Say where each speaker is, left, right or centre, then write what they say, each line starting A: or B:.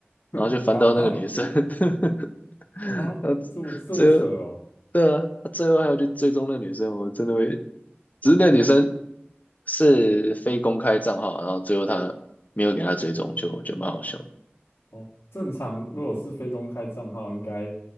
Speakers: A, on the left; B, on the left.
A: 然后就翻到那个女生，
B: <laughs> 啊
A: <laughs>
B: 啊，
A: 然后
B: 这么这么扯哦
A: 最后对啊，他最后还要去追踪那女生，我真的会，只是那女生是非公开账号啊，然后最后他没有给他追踪，就就蛮好笑，
B: 哦，正常如果是非公开账号，应该